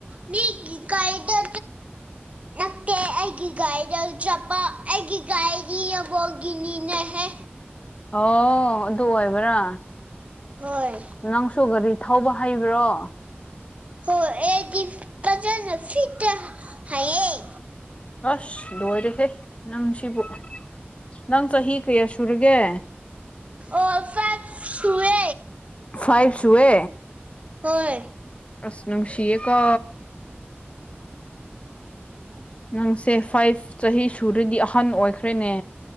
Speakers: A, on the right; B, on the left.
A: ꯃꯤ ꯀꯗ ꯅ ꯑꯩ ꯒꯤꯒꯥꯏꯔꯤ ꯆꯄ ꯑꯦ ꯒꯤꯒꯥꯏꯔꯤ ꯒꯤꯅꯤꯅ ꯍ
B: ꯑꯣ ꯑꯗꯨ ꯑꯣꯏꯕ꯭ꯔꯥ
A: ꯍꯣꯏ
B: ꯅꯪꯁꯨ ꯒꯥꯔꯤ ꯊꯧꯕ ꯍꯩꯕ꯭ꯔꯣ
A: ꯍ ꯑꯦꯗꯤ ꯄꯆꯅ ꯐꯤꯇ ꯍꯥꯏ
B: ꯑꯁ ꯂꯣꯏꯔꯦꯍꯦ ꯅꯪꯁꯤꯕꯨ ꯅꯪ ꯆꯍꯤ ꯀꯌꯥ ꯁꯨꯔꯒꯦ
A: ꯑꯣꯐ ꯁꯋꯦ
B: ꯐꯥꯏꯚꯁꯋꯦ
A: ꯍꯣꯏ
B: ꯑꯁꯅꯅꯨꯡꯁꯤꯀ
A: ꯎ
B: ꯅꯪꯁꯦ ꯐꯥꯏꯚ ꯆꯍꯤ ꯁꯨꯔꯗꯤ ꯑꯍꯟ ꯑꯣꯏꯈ꯭ꯔꯦꯅꯦ